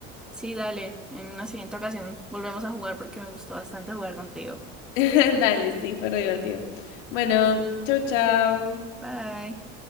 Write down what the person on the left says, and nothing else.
<laughs> Dale, sí, fue re divertido. Bueno, chau, chau.